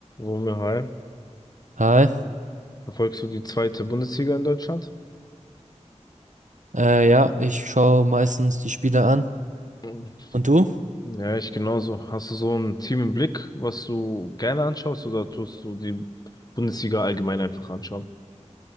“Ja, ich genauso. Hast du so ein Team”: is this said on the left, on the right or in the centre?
Left